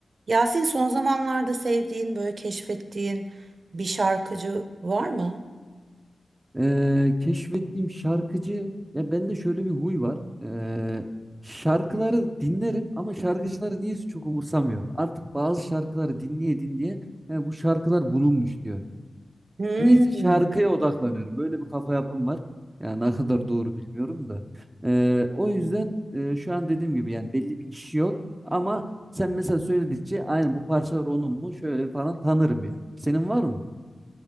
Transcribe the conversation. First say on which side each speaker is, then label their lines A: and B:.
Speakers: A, on the right; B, on the right.
A: Yasin son zamanlarda sevdiğin, böyle keşfettiğin bir şarkıcı var mı?
B: Ee, keşfettiğim şarkıcı ya bende şöyle bir huy var. Ee, şarkıları dinlerim ama şarkıcıları niyeyse çok umursamıyorum. Artık bazı şarkıları dinleye dinleye "He, bu şarkılar bulunmuş diyor.
A: Hmm.
B: Niyeyse şarkıya odaklanıyorum. Böyle bir kafa yapım var. Yani ne kadar doğru bilmiyorum da. Ee, o yüzden e, şu an dediğim gibi yani belli bir kişi yok ama sen mesela söyledikçe aynı bu parçalar onun mu şöyle falan tanırım yani. Senin var mı?